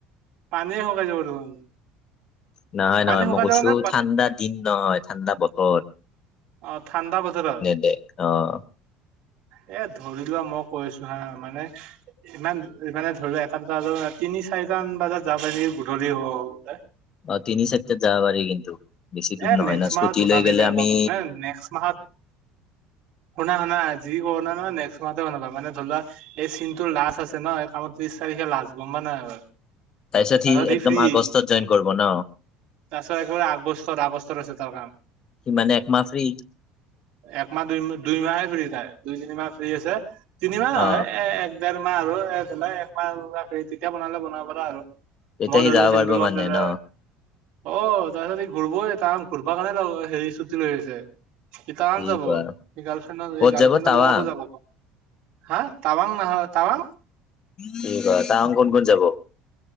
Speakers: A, on the right; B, on the left.
A: পানীয়ে হোকাই যাব দেখোন।
B: নাই
A: পানী
B: নহয়
A: শুকাই
B: মই কৈছো
A: যাব নে
B: ঠাণ্ডা দিন নহয় ঠাণ্ডা বতৰ।
A: অ' ঠাণ্ডা বতৰত।
B: এ অ'।
A: এ ধৰি লোৱা মই কৈছো হা মানে ইমান মানে ধৰি লোৱা এটা দুটা <unintelligible> তিনি চাৰি কেইটান বাজাত যা পাইবি গধূলি হওঁতে।
B: তিনি চাইটাত যাব পাৰি কিন্তু। বেছি দূৰ
A: এ
B: নহয়
A: নেক্স
B: না স্কুটি
A: মাহত বনাবি
B: লৈ গেলে
A: বে
B: আমি
A: গক নে-নেক্স মাহত শুনা শুনা যি কৰোনা নেক্স মাহতে বানাবা মানে ধৰি লোৱা এই চিনটো লাাজ আছে ন এই কামত ত্ৰিশ তাৰিখ। এয়া লাজ গম্বা নাই আৰু।
B: তাৰপিছত
A: তাছত
B: সি
A: হি
B: একদম
A: ফি।
B: আগষ্টত জইন কৰিব ন
A: তাছত একেবাৰে আগছ আগষ্টত আছে তাৰ কাম।
B: সি মানে একমাহ ফ্ৰী
A: একমাহ, দুই-দুইমাহে ফ্ৰী যায়। দুই তিনিমাহ ফ্ৰী আছে তিনিমাহ নহয়
B: অ
A: এ ডেৰ মাহ আৰু একমাহ <unintelligible> তেতিয়া বনালে বনাব পাৰা আৰু।
B: তেতিয়া
A: মল
B: সি যাব
A: চিন্ত
B: পাৰিব
A: ল
B: মানে
A: <unintelligible>
B: ন
A: অ' তাছত এই ঘূৰব এ তান ঘূৰবা কাৰণে ল-হেৰি ছুটি লৈ আহিছে। ইটান
B: ঠিক
A: যাব। সি
B: হয়
A: গাৰ্লফ্ৰেণ্ড,
B: ক'ত
A: এই গাৰ্ল
B: যাব
A: ফ্ৰেণ্ডৰ
B: টাৱাং
A: লগতো যাব। হা তাৱাং নহয় তাৱাং?
B: কি কয় তাহুন কোন কোন যাব?